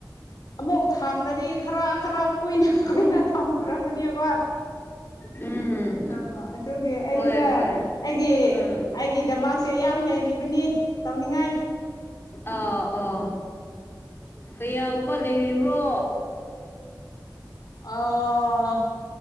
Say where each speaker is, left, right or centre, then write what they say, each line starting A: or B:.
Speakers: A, on the left; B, on the left.
A: ꯑꯃꯨꯛ ꯊꯥꯝꯂꯗꯤ ꯈꯔ ꯈꯔ ꯀꯨꯏꯅ ꯀꯨꯏꯅ ꯊꯝꯈ꯭ꯔꯕꯅꯦꯕ
B: ꯎꯝ
A: ꯑ ꯑꯗꯨꯒꯤ ꯑꯩꯁꯦ
B: ꯍꯣꯏ
A: ꯑꯩꯒꯤ
B: ꯍꯣꯏ ꯎꯝ
A: ꯑꯩꯒꯤꯗꯃꯛꯁꯦ ꯌꯥꯝ ꯂꯩꯔꯤꯕꯅꯤ ꯇꯧꯅꯤꯡꯉꯥꯏ
B: ꯑꯥ ꯑꯥ ꯀꯌꯥꯒꯨꯝꯕ ꯂꯩꯔꯤꯕ꯭ꯔꯣ
A: ꯑꯣ